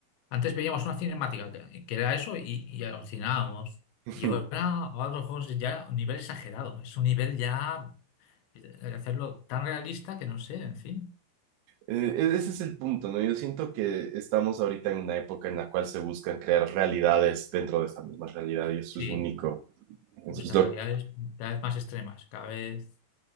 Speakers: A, on the left (about 80°); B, on the right (about 80°).
A: antes veíamos una cinemática que, que era eso y, y alucinábamos.
B: <laughs>
A: Y ahora, ahora los juegos ya a un nivel exagerado, es un nivel ya eh, hacerlo tan realista que no sé, en fin.
B: Eh, e- Ese es el punto, ¿no? Yo siento que estamos ahorita en una época en la cual se buscan crear realidades dentro de esta misma realidad y eso
A: Sí,
B: es único. Entonces,
A: pues que en
B: lo
A: realidad es cada vez más extremas, cada vez